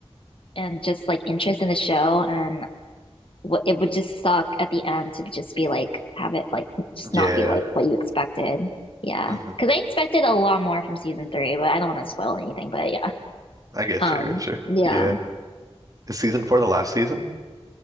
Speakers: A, on the left (about 55°); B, on the right (about 35°).
A: and just like interest in the show and it would just suck at the end to just be like have it like just not
B: Yeah.
A: be like what you expected. Yeah,
B: hmm
A: because I expected a lot more from season three, but I don't want to spoil anything. But yeah,
B: I get
A: um,
B: you. I get you.
A: yeah.
B: Yeah. Is season four the last season,